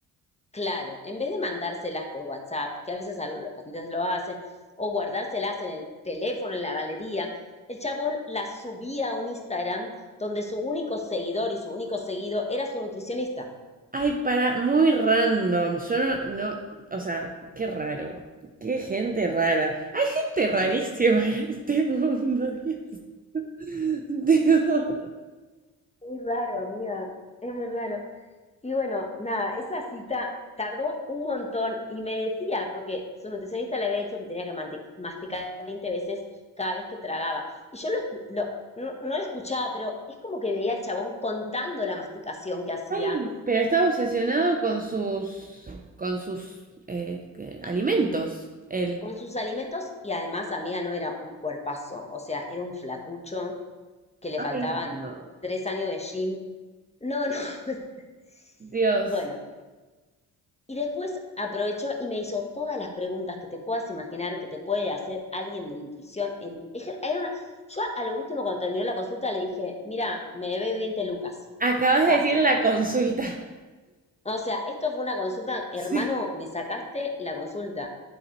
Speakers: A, on the left (about 15°); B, on the right (about 20°).
A: Claro, en vez de mandárselas por WhatsApp, que a veces algo- los pacientes lo hacen, o guardárselas en el teléfono, en la galería, el chabón las subía a un Instagram donde su único seguidor y su único seguido era su nutricionista.
B: Ay, para, muy random. Yo no, no, o sea, qué raro. Qué gente rara. Hay gente rarísima
A: Mm.
B: en este mundo, Dios. <laughs> Digo,
A: Muy raro, amiga, es muy raro. Y bueno, nada, esa cita tardó un montón y me decía, porque su nutricionista le había dicho que tenía que masticar 20 veces cada vez que tragaba. Y yo lo, lo- no, no lo escuchaba, pero es como que veía al chabón contando la masticación que hacía
B: ay, pero está obsesionado con sus, con sus eh, ¿qué? alimentos, él.
A: con sus alimentos y además, amiga, no era un cuerpazo, o sea, era un flacucho que le
B: Ay,
A: faltaban
B: no, no.
A: tres años de gym. No, no, <laughs>
B: Dios.
A: bueno, Y después aprovechó y me hizo todas las preguntas que te puedas imaginar que te puede hacer alguien de nutrición en era una- yo a lo último cuando terminó la consulta le dije, mira, me debe 20 lucas.
B: Acabas
A: Fácil.
B: de decir la consulta. <laughs>
A: O sea, esto fue una consulta, hermano,
B: Sí,
A: me sacaste la consulta.